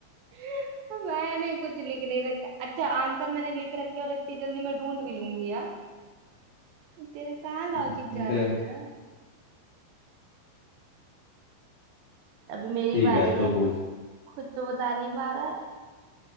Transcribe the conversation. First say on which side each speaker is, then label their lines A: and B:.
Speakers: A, on the right (about 80°); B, on the left (about 85°).
A: <laughs> मैंने कुछ लिख नहीं रखा अच्छा आंसर मैंने लिख रखे और इतनी जल्दी मैं ढूंढ भी लूंगी हाँ? ये तेरे कहाँ लॉजिक
B: हम्म,
A: जा
B: तो
A: रहा है तेरा अभी मेरी
B: ठीक
A: बारी
B: है तू
A: है
B: पूछ
A: खुद तो बता नहीं पा रहा है